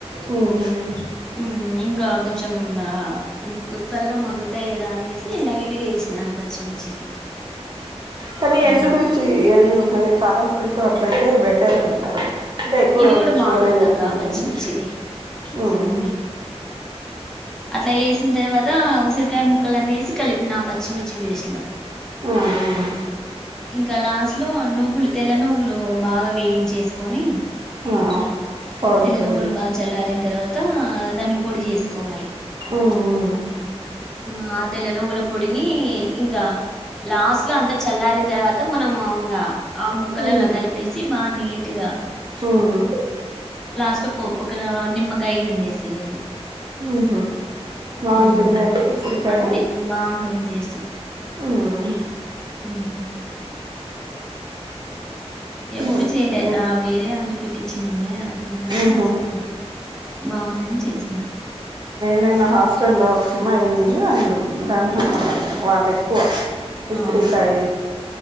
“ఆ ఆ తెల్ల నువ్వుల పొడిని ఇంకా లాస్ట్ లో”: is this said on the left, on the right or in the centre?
Centre